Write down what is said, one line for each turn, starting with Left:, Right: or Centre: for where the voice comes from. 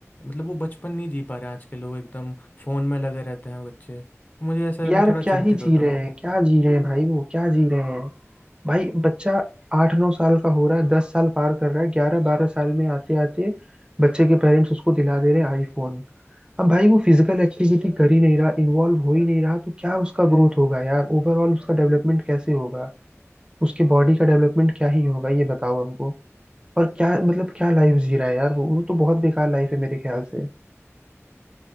Left: मतलब वो बचपन नहीं जी पा रहे हैं आज के लोग एकदम फ़ोन में लगे रहते हैं बच्चे मुझे ऐसा
Right: यार
Left: मैं थोड़ा
Right: क्या
Left: चिंतित
Right: ही जी
Left: होता
Right: रहे
Left: हूँ
Right: हैं क्या जी रहे हैं भाई वो क्या जी रहे हैं भाई बच्चा आठ नौ साल का हो रहा है दस साल पार कर रहा है ग्यारह बारह साल में आते आते बच्चे के पेरेंट्स उसको दिला दे रहे हैं आईफोन अब भाई वो फिजिकल एक्टिविटी कर ही नहीं रहा इन्वॉल्व हो ही नहीं रहा तो क्या उसका ग्रोथ होगा यार ओवरऑल उसका डेवलपमेंट कैसे होगा उसके बॉडी का डेवलपमेंट क्या ही होगा ये बताओ हमको और क्या मतलब क्या लाइफ जी रहा है यार वो वो तो बहुत बेकार लाइफ है मेरे ख्याल से